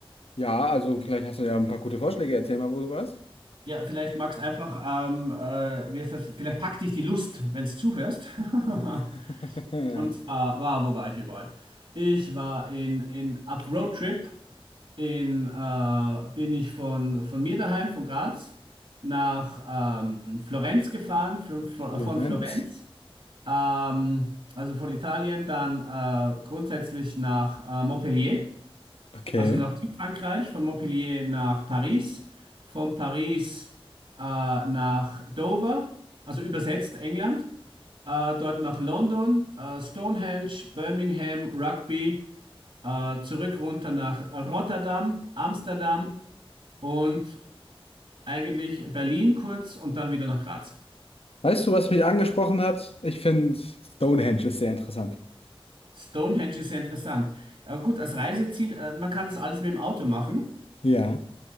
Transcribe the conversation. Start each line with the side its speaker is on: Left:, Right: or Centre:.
Left: Ja, also vielleicht hast du ja ein paar gute Vorschläge, erzähl mal, wo du warst.
Right: Ja, vielleicht magst einfach, ähm, äh, wie ist das? Vielleicht packt dich die Lust, wenn du zuhörst. <laughs>
Left: <laughs>
Right: Und zwar, war, wo war ich überall? Ich war in, in auf Roadtrip. In, äh, bin ich von, von mir daheim, von Graz, nach ähm, Florenz gefahren, von, von
Left: Florenz,
Right: Florenz, ähm, also von Italien, dann äh, grundsätzlich nach äh, Montpellier,
Left: okay.
Right: also nach Südfrankreich, von Montpellier nach Paris, von Paris äh, nach Dover, also übersetzt England, äh, dort nach London, äh, Stonehenge, Birmingham, Rugby, äh, zurück runter nach Rotterdam, Amsterdam, und eigentlich Berlin kurz und dann wieder nach Graz.
Left: Weißt du, was mich angesprochen hat? Ich finde Stonehenge ist sehr interessant.
Right: Stonehenge ist sehr interessant. Äh, gut, als Reiseziel, äh, man kann das alles mit dem Auto machen.
Left: Ja,